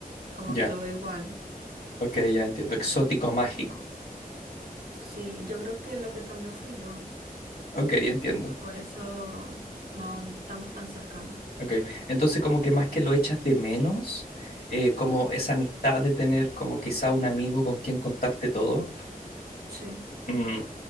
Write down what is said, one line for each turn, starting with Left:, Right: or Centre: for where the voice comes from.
Right: como
Left: ya.
Right: que lo veo igual.
Left: Ok, ya entiendo. Exótico mágico.
Right: Sí, yo creo que lo que cambió fui yo.
Left: Ok, entiendo.
Right: Por eso no estamos tan cercanos.
Left: Ok. Entonces, como que más que lo echas de menos, eh, como esa amistad de tener como quizá un amigo con quien contarte todo,
Right: Sí.
Left: mm,